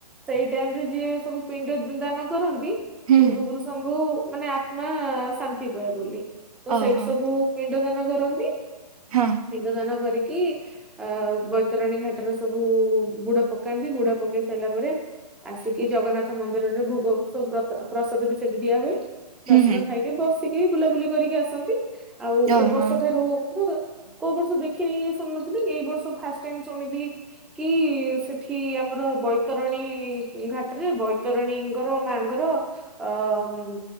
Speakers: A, in the centre; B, on the right.
A: ସେଇ ଟାଇମ ରେ ଯିଏ ସବୁ ପିଣ୍ଡ ଦାନ କରନ୍ତି।
B: ହୁଁ
A: ପୂର୍ବ
B: ହୁଁ
A: ପୁରୁଷଙ୍କୁ ମାନେ ଆତ୍ମା ଶାନ୍ତି ପାଏ ବୋଲି। ତ
B: ଓହୋ
A: ସେଇଠି ସବୁ ପିଣ୍ଡ ଦାନ କରନ୍ତି।
B: ହଁ
A: ପିଣ୍ଡ ଦାନ କରିକି କି ଅ-ଅ-ଅ ବୈତରଣୀ ଘାଟରେ ସବୁ-ଉ-ଉ-ଉ ବୁଡ ପକାନ୍ତି ବୁଡ ପକେଇ ସାରିଲା ପରେ ଆସିକି ଜଗନ୍ନାଥ ମନ୍ଦିରରେ ଭୋଗ ସବୁ ପ୍ରଦ ପ୍ରସାଦ ବି ସେଠି ଦିଆ ହୁଏ। ପ୍ରସାଦ
B: ହୁଁ ହୁଁ
A: ଖାଇକି ବସିକି ବୁଲାବୁଲି କରିକି ଆସନ୍ତି। ଆଉ
B: ଓହୋ
A: ଏ ବର୍ଷ ଠାରୁ <unintelligible> କୋଉ ବର୍ଷରୁ ଦେଖିନି-ଇ-ଇ ଶୁଣୁ ନଥିଲି ଏଇ ବର୍ଷ ଫାଷ୍ଟ ଟାଇମ ଶୁଣିଲି କି-ଇ-ଇ-ଇ ସେଠି ଆମର ବୈତରଣୀ ଘାଟରେ ବୈତରଣୀଙ୍କର ମାଙ୍କର ଅ-ଅ-ଅ